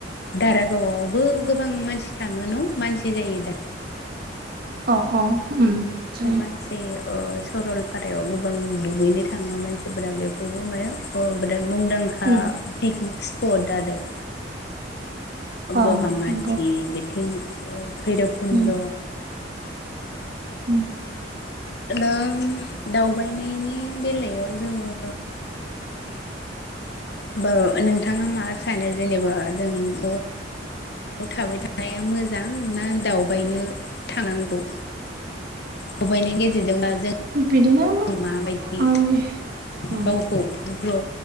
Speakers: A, on the left; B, on the right.
A: दारागावआवबो गोबां मानसि थाङो न' मानसि जायो दा
B: अ अ उम जायो
A: अ मानसि सरलपारायाव गोबां दुगैनो थाङो मानसिफोरा बे बेबो माने मुंदांखा
B: उम
A: पिकनिक स्पट आरो
B: अ
A: बगामाथि
B: नंगौ
A: बिथिं भैरबकुन्द
B: उम उम
A: दा दावबायनायनि बेलायाव जोङो बा नोंथाङा मा सानो जेनेबा जों नवाव थाबाय थानाया मोजां ना दावबायनो थानांगौ दावबायनायनि गेजेरजोंबा जों
B: बिदिनो
A: माबायदि
B: आंनि अ
A: गावखौ ग्र